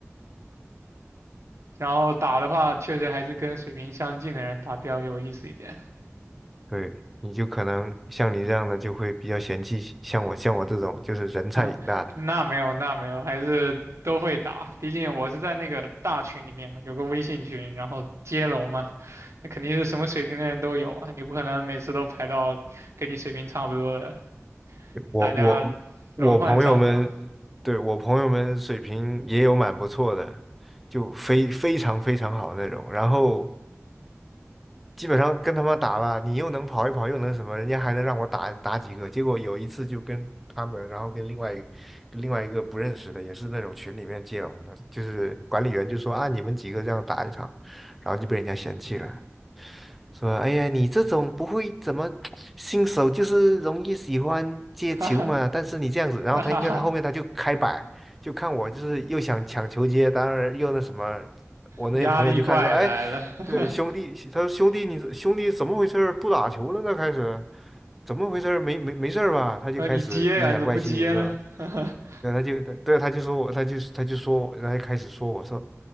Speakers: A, on the right (about 70°); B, in the centre.
A: 然后打的话，确实还是跟水平相近的人打比较有意思一点。
B: 对，你就可能像你这样的就会比较嫌弃，像我像我这种就是人菜瘾大的，
A: 啊，那没有，那没有，还是都会打。毕竟我是在那个大群里面嘛，有个微信群，然后接龙嘛，那肯定是什么水平的人都有啊。你不可能每次都排到跟你水平差不多的，
B: 我我我朋友们，
A: 大家轮换上涨，
B: 对，我朋友们水平也有蛮不错的，就非非常非常好那种，然后基本上跟他们打吧，你又能跑一跑，又能什么，人家还能让我打打几个，结果有一次就跟他们，然后跟另外一跟另外一个不认识的，也是那种群里面接龙的，就是管理员就说啊，你们几个这样打一场，然后就被人家嫌弃了。说，哎呀，你这种不会怎么新手，就是容易喜欢接球嘛。
A: <laughs> 哈
B: 但是你这样子，然后他因为他后面他就开摆，
A: 哈哈
B: 就看我就是又想抢球接，当然又那什么，我那些朋友就看说，
A: 压力怪来了。
B: 哎，
A: <laughs>
B: 对兄弟，他说兄弟你兄弟怎么回事儿？不打球了呢？开始怎么回事儿？没没没事儿吧？他就开始阴阳怪气是吧？
A: 那你接呀、你怎么不接呢？<laughs>
B: 对，他就对他就说我，他就他就说我，他就开始说我说